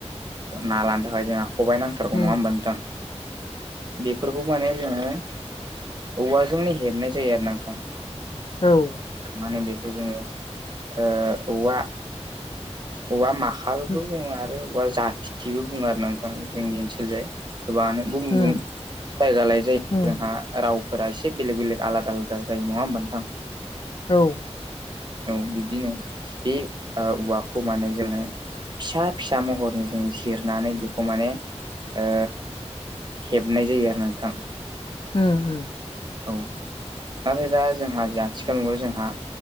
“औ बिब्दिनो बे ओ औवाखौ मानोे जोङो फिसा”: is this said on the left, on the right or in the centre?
Right